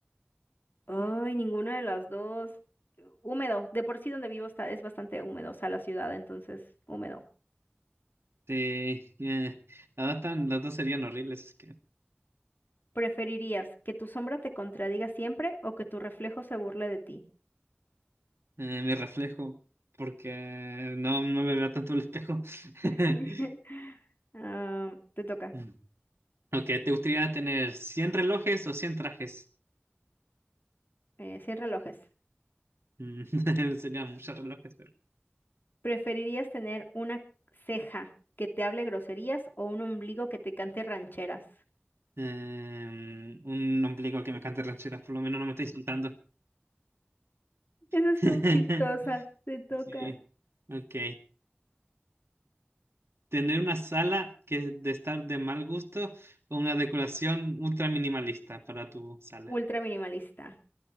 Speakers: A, on the left; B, on the right.
A: Ay, ninguna de las dos. Húmedo. De por sí donde vivo está, es bastante húmedo, o sea, la ciudad, entonces, húmedo.
B: Sí, eh, las dos, están- las dos serían horribles.
A: ¿Preferirías que tu sombra te contradiga siempre o que tu reflejo se burle de ti?
B: eh, mi reflejo, porque no, no me veo tanto el espejo. <laughs>
A: <laughs> Ah, te toca.
B: Mm. Ok, ¿te gustaría tener 100 relojes o 100 trajes?
A: Eh, sin relojes.
B: Mm, <laughs> Serían muchos relojes, pero...
A: ¿Preferirías tener una ceja que te hable groserías o un ombligo que te cante rancheras?
B: eh, un ombligo que me cante rancheras, por lo menos no me está insultando.
A: Eso estuvo
B: <laughs>
A: chistosa. Te toca.
B: Sí, ok. Tener una sala que de estar de mal gusto o una decoración ultra minimalista para tu sala.
A: Ultra minimalista.